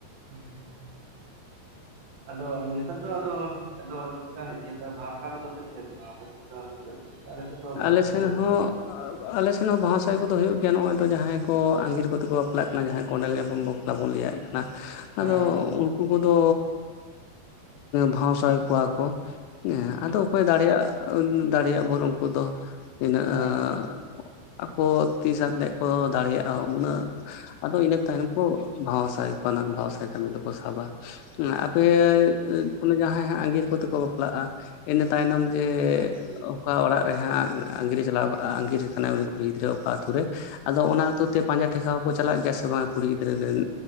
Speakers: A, on the right (about 60°); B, on the left (about 85°).
A: ᱦᱩᱸᱻ ᱟᱫᱚ ᱱᱮᱛᱟᱨ ᱫᱚ ᱟᱫᱚ, ᱟᱫᱚ ᱪᱮᱫᱠᱟ ᱦᱩᱭᱩᱜ ᱜᱮᱭᱟ ᱦᱟᱨᱛᱟ ᱠᱚᱫᱚ ᱦᱩᱭᱩᱜ ᱜᱮᱭᱟ ᱥᱮ ᱵᱟᱝ ᱟᱯᱮ ᱥᱮᱫ ᱫᱚ? ᱟᱞᱮ ᱥᱮᱫ ᱫᱚ ᱵᱷᱟᱥᱟ
B: ᱟᱞᱮ ᱮᱥᱱ
A: ᱫᱚ ᱦᱩᱭᱩᱜ
B: ᱦᱚᱸ
A: ᱜᱮᱭᱟ
B: ᱟᱞᱮ ᱥᱮᱱ ᱦᱚᱸ ᱵᱟᱦᱟ ᱥᱟᱭ ᱠᱚᱫᱚ ᱦᱩᱭᱩᱜ ᱜᱮᱭᱟ ᱱᱚᱜ ᱚᱭ ᱫᱚ ᱡᱟᱦᱟᱸᱭ ᱠᱚ ᱟᱸᱜᱤᱨ ᱠᱚᱛᱮ ᱠᱚ ᱵᱟᱯ ᱵᱟᱯᱞᱟᱜ ᱠᱟᱱᱟ ᱡᱟᱦᱟᱸᱭ ᱠᱚᱸᱰᱮᱞ ᱧᱟᱯᱟᱢ ᱵᱟᱯᱞᱟ ᱵᱚᱱ ᱞᱟᱹᱭᱟᱜ ᱠᱟᱱᱟ
A: ᱦᱮᱸ
B: ᱟᱫᱚ ᱩᱱᱠᱩ ᱠᱚᱫᱚ ᱵᱷᱟᱣᱟᱥᱟᱦᱟᱭ ᱠᱚᱣᱟ ᱠᱚ ᱦᱮᱸ ᱟᱫᱚ ᱚᱠᱚᱭ ᱫᱟᱲᱮᱭᱟᱜ, ᱫᱟᱲᱮᱭᱟᱜ ᱵᱚᱨᱚᱱ ᱠᱚᱫᱚ ᱤᱱᱟᱹᱜ
A: ᱦᱮᱸ
B: ᱟᱠᱚ ᱛᱤᱥᱟᱛᱮ ᱠᱚ ᱫᱟᱲᱮᱭᱟᱜ-ᱟ, ᱩᱱᱟᱹᱜ ᱟᱫᱚ ᱤᱱᱟᱹ ᱛᱟᱭᱱᱚᱢ ᱠᱩ ᱵᱷᱟᱶᱟᱥᱟᱭ ᱠᱷᱚᱱᱮᱜ ᱵᱷᱟᱶᱟᱥᱟᱭ ᱠᱟᱹᱢᱤ ᱫᱚᱠᱚ ᱥᱟᱵᱟ᱾ ᱟᱯᱮ ᱚᱱᱮ ᱡᱟᱦᱟᱸᱭ ᱦᱟᱸᱜ ᱟᱸᱜᱤᱨ ᱠᱚᱛᱮ ᱠᱚ ᱵᱟᱯᱞᱟᱜᱼᱟ ᱤᱱᱟᱹ ᱛᱟᱭᱱᱚᱢ ᱡᱮ
A: ᱦᱮᱸ
B: ᱚᱠᱟ ᱚᱲᱟᱜ ᱨᱮᱦᱟᱸᱜ ᱟᱸᱜᱤᱨᱮ ᱪᱟᱞᱟᱣᱼᱟ ᱟᱜᱤᱨ ᱟᱠᱟᱱᱟᱭ ᱩᱱᱤ ᱠᱩᱲᱤ ᱜᱤᱫᱽᱨᱟᱹ ᱚᱠᱟ ᱟᱹᱛᱩ ᱛᱮ ᱟᱫᱚ ᱚᱱᱟ ᱟᱛᱩ ᱛᱮ ᱯᱟᱸᱡᱟ ᱴᱷᱮᱥᱟᱣ ᱠᱚ ᱪᱟᱞᱟᱜ ᱜᱮᱭᱟ ᱥᱮ ᱵᱟᱝ ᱠᱩᱲᱤ ᱜᱤᱫᱽᱨᱟᱹ ᱨᱮᱱ